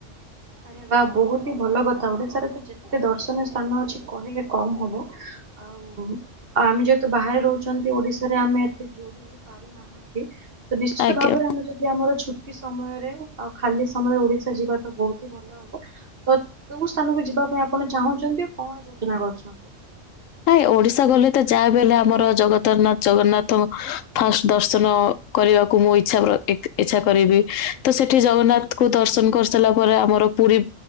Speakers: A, on the right (about 50°); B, on the left (about 85°).
A: ଆରେ ବା ବହୁତ ହି ଭଲ କଥା ଓଡିଶାରେ ତ ଯେତେ ଦର୍ଶନୀୟ ସ୍ଥାନ ଅଛି କହିଲେ କମ ହବ। ଆଉ ଆମେ ଯେହେତୁ ବାହାରେ ରହୁଛନ୍ତି ଓଡିଶାରେ ଆମେ ଏତେ ଯୋଡି ହେ ପାରୁନାହାନ୍ତି ତ ନିଶ୍ଚିତ
B: ଆଜ୍ଞା
A: ଭାବରେ ଆମେ ଯଦି ଆମର ଛୁ ସମୟରେ ଆଉ ଖାଲି ସମୟରେ ଓଡିଶା ଯିବା ତ ବହୁତ ହି ଭଲ ହବ ତ ସାଙ୍ଗକୁ ଯିବା ପାଇଁ ଆପଣ ଚାହୁଁଛନ୍ତି କଣ ଯୋଜନା କରୁଛନ୍ତି?
B: ନାଇ ଓଡିଶା ଗଲେ ତ ଯାହା ବି ହେଲେ ଆମର ଜଗତରନାଥ ଜଗନ୍ନାଥ ଫାଷ୍ଟ ଦର୍ଶନ କରିବାକୁ ମୁଁ ଇଛା ଇଛା କରିବି ତ ସେଠି ଜଗନ୍ନାଥଙ୍କୁ ଦର୍ଶନ କରିସାରିଲା ପରେ ଆମର ର ପୁରୀ